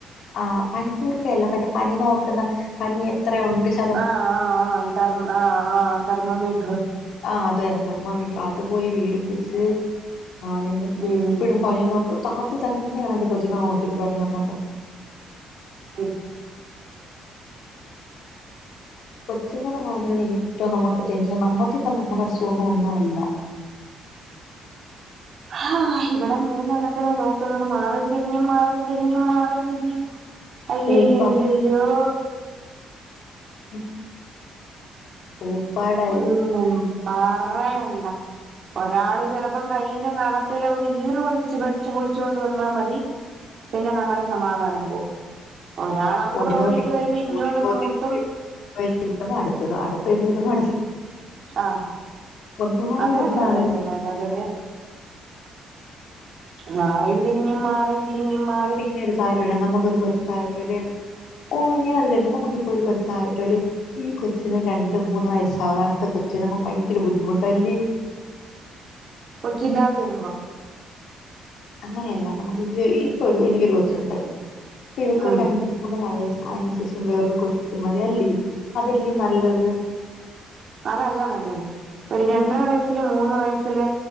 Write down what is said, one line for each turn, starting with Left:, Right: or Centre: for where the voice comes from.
Left: ആഹ്, പനികൂർക്കയല്ല മറ്റെ പനി നോക്കുന്ന പനി എത്രയുണ്ട് ശത
Right: ആഹ് ആഹ് ആഹ് തെർ ആ ആഹ് തെർമോമീറ്റർ.
Left: ആ അതന്നെ തെർമോമീറ്റർ അത്പോയി വേടിപ്പിച്ച് ആ എന്നിട്ട്
Right: ഉം
Left: എപ്പഴും പനി നോക്ക് താത്തി തന്നെയാണ് എൻ്റെ കൊച്ചിനെ നോക്കിയത് പനി വന്നപ്പം.
Right: ഉം.
Left: കൊച്ചുങ്ങളുടെ കാര്യാണ് ഏറ്റവും നമ്മുക്ക് ടെൻഷൻ, നമ്മുക്കിപ്പ നമ്മുടെ അസുഖന്നും ഒന്നും അല്ല.
Right: ആഹ് ഇവിടെ മൂന്നെണ്ണത്തിനെ നോക്കുന്നത്! മാറീം തിരിഞ്ഞും, മാറീം തിരിഞ്ഞും, മാറീം തിരിഞ്ഞും. അയ്യയ്യയ്യയ്യോ..
Left: ഊപ്പ ഉം. ഊപ്പാട
Right: ഒന്നും പറയണ്ട. ഒരാള് ചിലപ്പം കൈയിന്റെ നഖത്തില് ഒരു ഈറ് വൊളിച്ച് വലിച്ച് പൊളിച്ചൊണ്ട് വന്നാ മതി- പിന്നെ നമ്മുടെ സമാധാനം പോവും. ഒരാൾ അങ്ങോട്ടോടിട്ട്
Left: ഒന്നിനൊതുക്കി
Right: വരുമ്പോ ഇങ്ങോട്ടൊന്ന്
Left: ഒന്നിനൊതുക്കി
Right: മുട്ടും.
Left: <unintelligible> അടുത്തത് അടുത്ത <unintelligible> അടുത്തത്.
Right: ആഹ
Left: ഒന്ന് മാറി
Right: അതെയതെ
Left: ഒന്നാണല്ലേ
Right: അതെയതെ അതെയതെ അതെതെ. മാറീം തിരിഞ്ഞും, മാറീം തിരിഞ്ഞും മാ
Left: പിന്നെ ഒരു കാര്യോണ്ട് നമുക്കൊരു കൊച്ചായിട്ടൊരു, ഓ ഞാൻ <unintelligible> നമുക്കിപ്പൊരു കൊച്ചായിട്ടൊരു, ഈ കൊച്ചിനൊരു രണ്ട് മൂന്ന് വയസ അടുത്ത കൊച്ച് വരുമ്പോ നമുക്ക് ഭയങ്കര ബുദ്ധിമുട്ടല്ലേ?
Right: കൊച്ചില്ലാതെ വരുമ്പം.
Left: അങ്ങനെയല്ല നമുക്ക് ഈ ഇപ്പൊ ഒരു എനിക്കൊരു കൊച്ചുണ്ട് ഇപ്പ ഇവക്കൊരു
Right: ഉം
Left: രണ്ട് മൂന്ന് വയസ്സായന് ശേഷം വേറൊരു കൊച്ചുമതിയല്ലേ? അതല്ലേ നല്ലത്?
Right: അതല്ല നല്ലത് ഒരു
Left: പിന്നെ
Right: രണ്ടര വയസ്സില് മൂന്ന് വയസ്സില്